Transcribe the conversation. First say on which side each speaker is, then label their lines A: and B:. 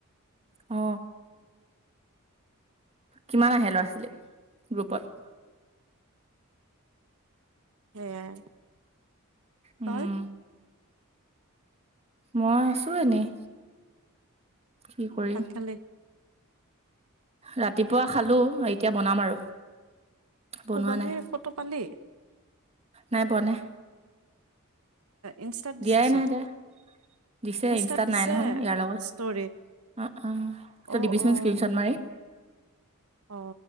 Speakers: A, on the right; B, on the right.
A: অ। কিমান আহে ল'ৰা ছোৱালী গ্ৰুপত?
B: সেইয়াই
A: উম
B: তই?
A: মই আছো এনেই কি কৰিম।
B: ভাত খালি
A: ৰাতিপুৱা খালো এতিয়া বনাম আৰু। বনোৱা
B: সোবালীৰ
A: নাই
B: ফটো পালি।
A: নাই পোৱা নাই।
B: ইনষ্টাত দিছে
A: দিয়াই
B: চোন,
A: নাই তাই দিছে
B: ইনষ্টাত দিছে
A: নাই নহয় ইয়াৰ লগত
B: ষ্টৰিত।
A: অ অ ত
B: অ',
A: টিভিছন
B: অ',
A: স্ক্ৰনশট মাৰি।
B: অ